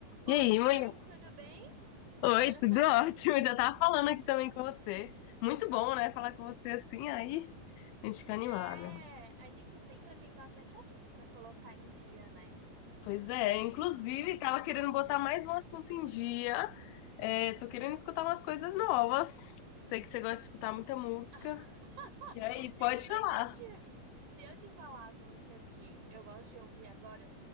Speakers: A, on the right; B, on the left.
A: Oi,
B: E aí,
A: Rai,
B: mãe?
A: tudo bem?
B: Oi,
A: <laughs>
B: tudo ótimo. Já tava falando aqui também com você. Muito bom, né? Falar com você assim, aí a gente fica animada.
A: É, a gente sempre tem bastante assunto para colocar em dia, né?
B: Pois é, inclusive tava querendo botar mais um assunto em dia. É, tô querendo escutar umas coisas novas. Sei que você gosta de escutar muita música.
A: <laughs>
B: E aí,
A: Menina,
B: pode falar.
A: se eu te, se eu te falar as músicas que eu gosto de ouvir agora,